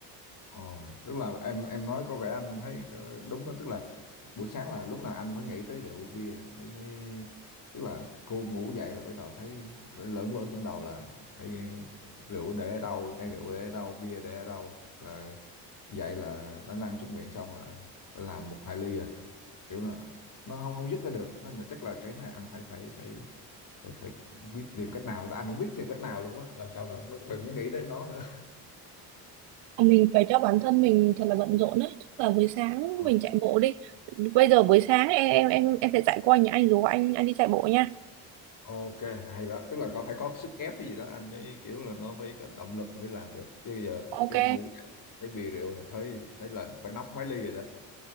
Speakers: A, on the left; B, on the right.
A: Ồ, tức là em em nói có vẻ anh thấy ờ, đúng đó, tức là buổi sáng là lúc nào anh phải nghĩ tới rượu bia mới mới tức là cô ngủ dậy là bắt đầu thấy phải lởn vởn trong đầu là phải rượu để ở đâu, chai rượu để ở đâu, bia để ở đâu là dậy là đã lăn xuống miệng xong là phải làm một hai ly à. kiểu là nó không không dứt ra được nên là chắc là cái này anh phải phải phải phải phải biết tìm cách nào anh cũng biết tìm cách nào luôn á làm sao là nó đừng nghĩ tới nó nữa
B: mình phải cho bản thân mình thật là bận rộn đấy chắc là buổi sáng
A: Ờ,
B: mình chạy bộ đi bây giờ buổi sáng em em em em sẽ chạy qua nhà anh rủ anh anh đi chạy bộ nha
A: ok hay đó tức là có phải có sức ép gì đó anh mới kiểu là nó phải có động lực mới làm được chứ bây giờ
B: ok
A: cái ngủ dậy thấy bia rượu là thấy thấy là phải nóc mấy ly rồi đó